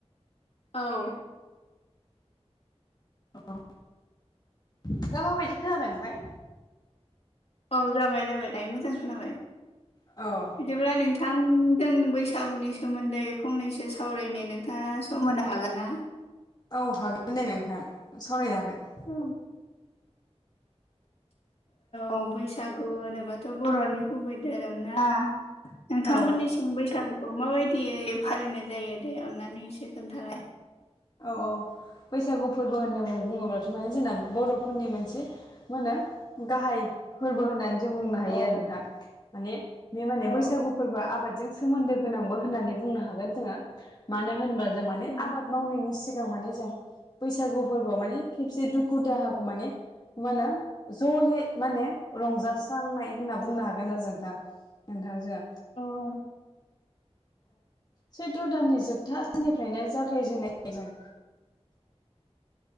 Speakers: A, on the left; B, on the left.
A: औ
B: अ दा माबायदि खोनादों ओमफ्राय
A: औ जाबाय जाबाय दायो मोजां खोनाबाय
B: औ
A: बिदिब्ला नोंथां जों बैसागुनि सोमोन्दै फंनैसो सावरायनो नोंथाङा सम होनो हागोन ना
B: औ हागोन दे नोंथां सावरायनो हागोन
A: औ औ बैसागु होनोबाथ' बर'नि गुबै धोरोम ना नोंथांमोननि
B: औ
A: बैसागुखौ माबायदियै फालिनाय जायो दे अननानै एसे खोन्थालाय
B: औ औ बैसागु फोरबो होननानै बुङोब्लाथ' माने जोंना बर'फोरनि मोनसे मा होनो गाहाय फोरबो होननानै जों बुंनो हायो
A: औ
B: आरो नोंथां माने बे माने
A: औ
B: बैसागु फोरबो आबादजों सोमोन्दो गोनांबो होननानै बुंनो हागोन जोङो मानो होनबा जों माने
A: औ
B: आबाद मावनायनि सिगां माने जों बैसागु फोरबोआव माने खेबसे दुखु दाहाखौ माने मा होनो जयै माने रंजास्रांनाय होनना बुंनो हागोन आरो जों नोंथां नोंथांजों
A: औ
B: सैथ्र' दाननि जोबथा साननिफ्रायनो जागायजेनो जों